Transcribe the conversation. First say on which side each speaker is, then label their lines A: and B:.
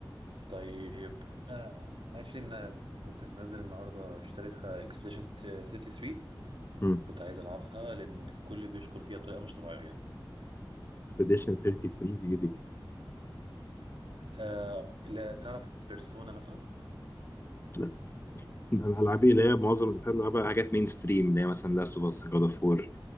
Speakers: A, on the right; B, on the left.
A: طيب آه. انا اكشلي من... كنت منزل النهارده اشتريتها اكسبediشن 33
B: <laughs>
A: كنت عايز العبها لان الكل بيشكر فيها بطريقه مش طبيعيه
B: اكسبيديشن 33 دي دي
A: آه لا تعرف بيرسونا مثلا
B: لا ده انا هلعب ايه اللي هي معظم الحاجات اللي بلعبها حاجات مين ستريم اللي هي مثلا لاست اوف اس جاد اوف وور